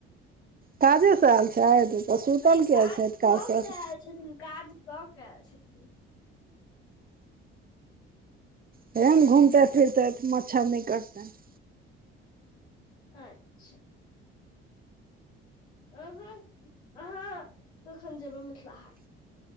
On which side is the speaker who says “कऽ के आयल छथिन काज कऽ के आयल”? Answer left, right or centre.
Left